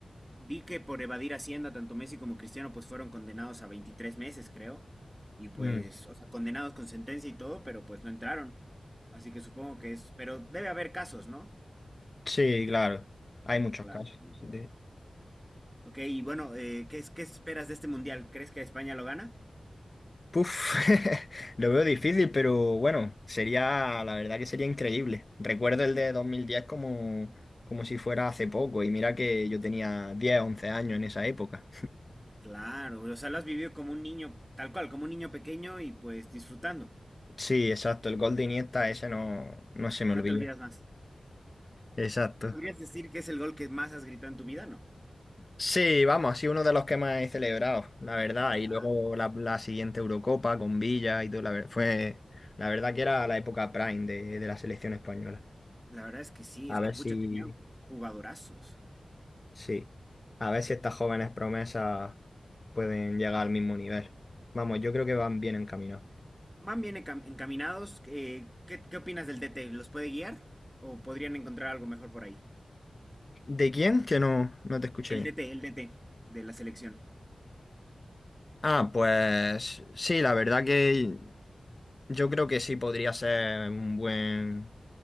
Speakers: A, in the centre; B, on the left.
A: vi que por evadir Hacienda, tanto Messi como Cristiano, pues fueron condenados a 23 meses, creo, y pues,
B: Mm.
A: o sea, condenados con sentencia y todo, pero pues no entraron. Así que supongo que es, pero debe haber casos, ¿no?
B: Sí, claro, hay muchos
A: Claro,
B: casos.
A: como todo.
B: de-
A: Ok, y bueno, eh, ¿qué, es- qué esperas de este mundial? ¿Crees que España lo gana?
B: Puf, <laughs> lo veo difícil, pero bueno, sería, la verdad que sería increíble. Recuerdo el de 2010 como, como si fuera hace poco, y mira que yo tenía 10 11 años en esa época.
A: Claro, o sea, lo has vivido como un niño, tal cual, como un niño pequeño y pues disfrutando.
B: Sí, exacto, el gol de Iniesta ese no, no se me
A: No
B: olvida.
A: te olvidas más.
B: Exacto.
A: Podrías decir que es el gol que más has gritado en tu vida, ¿no?
B: Sí, vamos, ha sido uno de los que más he celebrado, la verdad.
A: Claro,
B: Y luego la, la siguiente Eurocopa con Villa y todo, la ver- fue, la verdad que era la época prime de, de la selección española.
A: la verdad es que sí, es
B: A
A: que
B: ver
A: pucha,
B: si,
A: tenían jugadorazos.
B: sí, a ver si estas jóvenes promesas pueden llegar al mismo nivel. Vamos, yo creo que van
A: Y
B: bien encaminados.
A: Van bien encam- encaminados. eh, ¿qué, qué opinas del DT? ¿Los puede guiar? ¿O podrían encontrar algo mejor por ahí?
B: ¿De quién? Que no, no te escuché
A: El
B: bien.
A: DT, el DT de la selección.
B: Ah, pues sí, la verdad que Yo creo que sí podría ser un buen,